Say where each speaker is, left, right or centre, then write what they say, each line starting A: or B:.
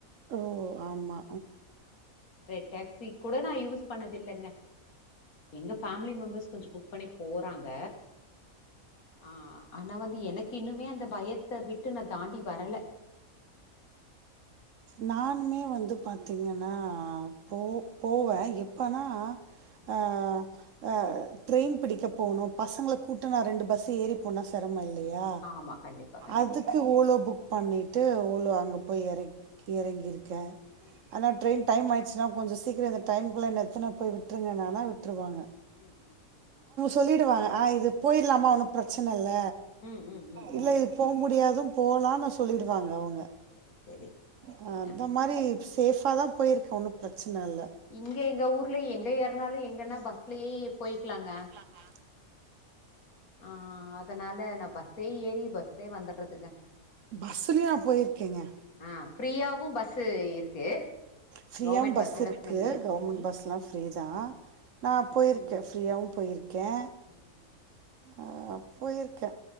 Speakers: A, on the right; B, on the left.
A: ஓ ஆம்மா
B: ரெட் டேக்சி கூட நா யூஸ் பண்ணதில்லங்க எங்க ஃபேமிலி மெம்பர்ஸ் கொஞ்சோ புக் பண்ணி போறாங்க ஆ ஆனா வந்து எனக்கு இன்னுமே அந்த பயத் த விட்டு நா தாண்டி வரல
A: நானுமே
B: எ
A: வந்து பாத்தீங்கன்னா
B: ம்
A: போ போவே எப்போனா
B: ம்.
A: ஆ அ ட்ரெய்ன் பிடிக்க போணு பசங்கள கூட்டனா ரெண்டு பஸ் ஏறி போனா செரமோ இல்லயா
B: ஆமா கண்டிப்பா கண்டிப்பா
A: அதுக் க்கு ஓலோ புக் பண்ணிட்டு ஓலோ அங்க போய் எற எறங்கிருக்கே
B: ம் ம் ம்
A: ஆனா
B: ம்
A: ட்ரெய்ன் டைம் ஆய்டுச்சுனா கொஞ்சோ சீக்கிரோ இந்த டைம்குள்ள என்ன எத்தன போய் விட்டுருங்கன்னானா விட்ருவாங்க
B: ம் ம் ம் ம்
A: சொல்லிடுவாங்க ஆ இது போயிர்லாமா ஒன்னு ப்ரச்சன இல்ல
B: ம் ம் ம்
A: இல்ல
B: ம்
A: இ போ முடியாது போலான்னு சொல்லிடுவாங்க அவுங்க
B: சேரி சேரி சேரி சேரிங்க
A: அ அந்த மாரி
B: ம்
A: சேஃபா தா போயிருக்கே ஒன்னு பிரச்சன இல்ல
B: இங்க எங்க ஊர்ல எங்க ஏறனாலு எங்கன்னா பஸ்லயே போயிக்லாங்க
A: ந்தாங்ளா
B: ஆ ஆ அதனால நா பஸ் சே ஏரி பஸ்லயே வந்தர்றதுங்க
A: பஸ்லயு நா போயிருக்கேங்க
B: ஆ ஃப்ரீயாவு பஸ்சு இருக்கு
A: ஃப்ரீயாவு
B: கவர்மெண்ட்
A: பஸ்
B: எல்லா
A: இருக்கு
B: ஃப்ரீ
A: கவர்மெண்ட்
B: ம்
A: பஸ்லா ஃப்ரீ தா நா
B: ம்
A: போயிருக்கே ஃப்ரீயாவு
B: ம்
A: போயிருக்கே
B: ம்
A: ஆ போயிருக்கே